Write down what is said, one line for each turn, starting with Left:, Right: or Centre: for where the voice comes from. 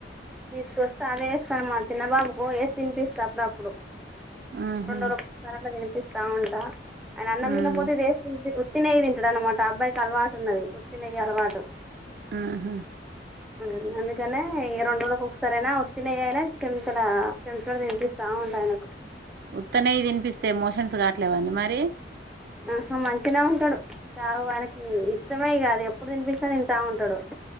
Centre: తీసుకొస్తే అదే ఏస్తాను మా చిన్నబాబుకు ఏసి తినిపిస్త అప్పుడప్పుడు.
Right: ఉహు
Centre: రోండురోక్ సారన్న తినిపిస్తా ఉంటా. ఆయన అన్నం
Right: ఉమ్
Centre: తినకపోతే ఇదేస్ తినిపి ఉత్తినెయ్యి తింటడన్నమాట. అబ్బాయికి అలవాటు ఉన్నది ఉత్తినెయ్యి అలవాటు.
Right: మ్ హు
Centre: మ్ అందుకనే ఇగ రోండ్ రోలు ఒగసారైనా ఉత్తినెయ్యి అయినా కేంపడ చమచటతో తినిపిస్తా ఉంటా ఆయనకు.
Right: ఉత్తనేయ్యి తినిపిస్తే మోషన్స్ కాట్లేవ అండి మరి?
Centre: ఆహా మంచినే ఉంటడు. ఇకా వానికి ఇష్టమే ఇగ అది ఎప్పుడు తినిపించినా తింటా ఉంటడు.